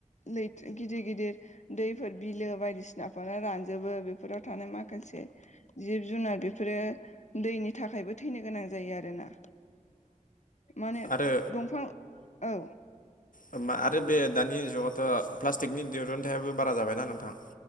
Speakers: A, on the left; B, on the left.
A: लैथ गिदिर गिदिर दैफोर बिलो बायदिसिनाफ्रानो रानजोबो बेफोराव थानाय माख खासे जिब जुनार बेफोरो दैनि थाखायबो थैनो गोनां जायो आरोना। माने
B: आरो
A: दंफां औ।
B: होमबा आरो बे दानि जुगावथ' प्लास्टिकनि दिरुन्थाय आबो बारा जाबायना नोंथां?